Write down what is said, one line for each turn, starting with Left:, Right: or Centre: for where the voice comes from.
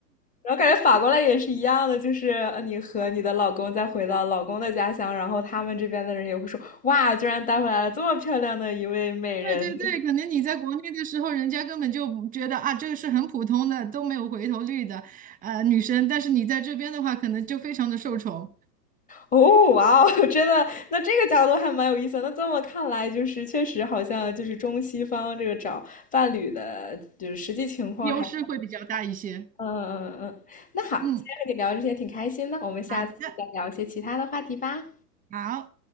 Left: 然后感觉反过来也是一样的，就是呃你和你的老公再回到老公的家乡，然后他们这边的人也会说哇，居然带回来了这么漂亮的一位美人，
Right: 对对对，可能你在国内的时候，人家根本就觉得啊，这个是很普通的，都没有回头率的，呃，女生。但是你在这边的话，可能就非常的受宠，
Left: 哦，哇哦，真的，那这个角度还蛮有意思的那这么看来，就是确实好像就是中西方这个找伴侣的，就是实际情况还，
Right: 优势会比较大一些。
Left: 嗯嗯嗯。嗯那好，
Right: 嗯，
Left: 今天和你聊这些挺开心的，我们下次再聊一些其他的话题吧。
Right: 好的，好。